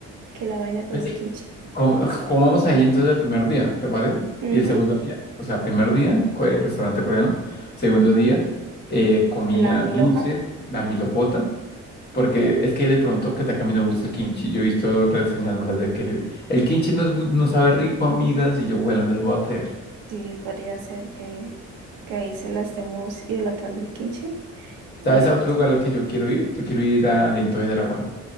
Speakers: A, on the right; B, on the left.
A: qué la vaina con
B: Pues
A: el
B: sí,
A: kimchi.
B: com- comamos ahí entonces el primer día, ¿te parece?
A: Ujú,
B: Y el segundo día, o sea, primer día, co- eh, restaurante coreano. Segundo día, eh, comía
A: La mil
B: dulce,
A: hoja,
B: la milojota, porque es que de pronto que también me gusta el kimchi. Yo he visto reseñas malas de que el, kimchi no, es bu- no sabe rico, amigas, y yo, bueno, les voy a creer.
A: sí, podría ser que, que ahí se la estemos idolatrando el kimchi. Y
B: ¿Sabes a otro lugar al que yo quiero ir? Yo quiero ir a Aliento de Dragón.